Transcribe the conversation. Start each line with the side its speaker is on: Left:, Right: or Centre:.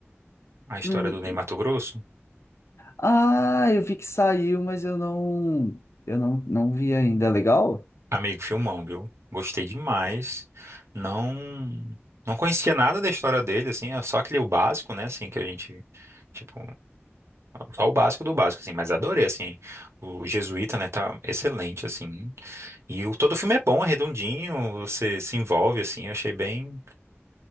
Right: a história
Left: Hum.
Right: do Ney Matogrosso.
Left: Ah, eu vi que saiu, mas eu não, eu não, não vi ainda. É legal?
Right: Amigo, filmão, viu? Gostei demais. Não. Não conhecia nada da história dele, assim, é só aquele o básico, né, assim, que a gente, tipo, Só o básico do básico, assim, mas adorei, assim, o Jesuíta, né, tá excelente, assim, e o, todo o filme é bom, é redondinho, você se envolve, assim, eu achei bem,